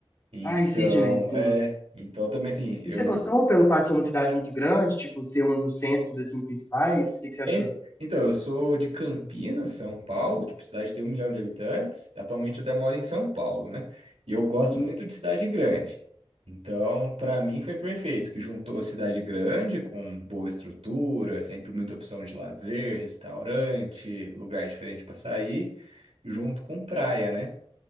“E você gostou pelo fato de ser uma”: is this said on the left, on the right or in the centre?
Left